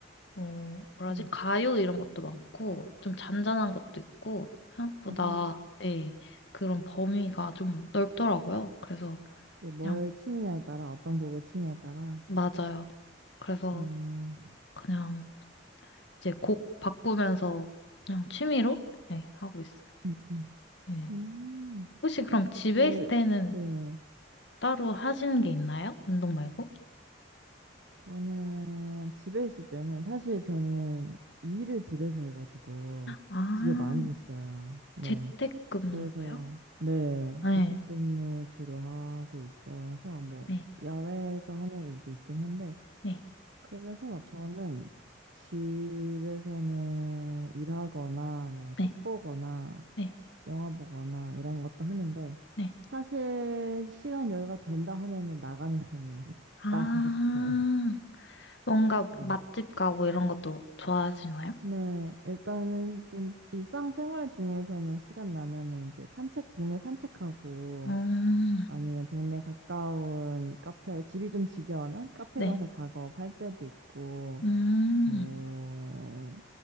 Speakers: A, on the left (about 65°); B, on the right (about 70°).
A: 어, 뭐라지?
B: 네.
A: 가요 이런 것도 많고, 좀 잔잔한 것도 있고, 생각보다,
B: 아,
A: 예. 그런 범위가 좀 넓더라고요. 그래서
B: 네, 뭘
A: 그냥,
B: 치느냐에 따라, 어떤 곡을 치느냐에 따라,
A: 맞아요. 그래서
B: 어,
A: 그냥 이제 곡 바꾸면서 그냥 취미로, 예, 하고 있어요.
B: 음, 음.
A: 예.
B: 음,
A: 혹시 그럼 집에
B: 되게,
A: 있을 때는
B: 네.
A: 따로 하시는 게 있나요? 운동 말고?
B: 저는 집에 있을 때는 사실 저는 일을 집에서 해가지고
A: 아,
B: 집에 많이 있어요. 네.
A: 재택근무로요?
B: 그래서, 네.
A: 네,
B: 재택근무 주로 하고 있어서 뭐
A: 네,
B: 야외에서 하는 일도 있긴 한데
A: 네,
B: 그래서 저는 집에서는 일하거나 뭐
A: 네,
B: 책 보거나
A: 네,
B: 영화 보거나 이런 것도 하는데
A: 네.
B: 사실 시간 여유가 된다 하면은 나가는 편이에요. <laughs>
A: 아,
B: 나가고 싶어요.
A: 뭔가
B: 네.
A: 맛집 가고 이런 것도 좋아하시나요?
B: 네, 일단은 좀 일상생활 중에서는 시간 나면은 이제 산책, 동네 산책하고
A: 음,
B: 아니면 동네 가까운 카페, 집이 좀 지겨우면 카페
A: 네,
B: 가서 작업할 때도 있고
A: 음,
B: 뭐